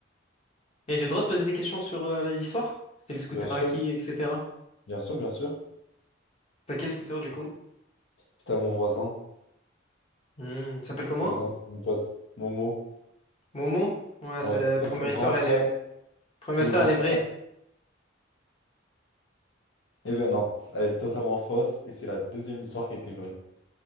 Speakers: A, on the left (about 35°); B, on the left (about 85°).
A: Et j'ai le droit de poser des questions sur euh, l'histoire? C'était le scooter
B: bien sûr.
A: à qui, etc.
B: Bien sûr, bien sûr.
A: T'as quel scooter du coup?
B: C'était à mon voisin.
A: Hmm, il s'appelle comment?
B: Mon voisin qui est mon pote. Momo.
A: Momo? Ouais,
B: Ouais.
A: c'est
B: En fait,
A: première
B: c'est le
A: histoire,
B: grand frère.
A: elle est première
B: C'est
A: histoire,
B: le grand
A: elle
B: frère.
A: est vraie.
B: Eh ben non, elle est totalement fausse. Et c'est la deuxième histoire qui était vraie.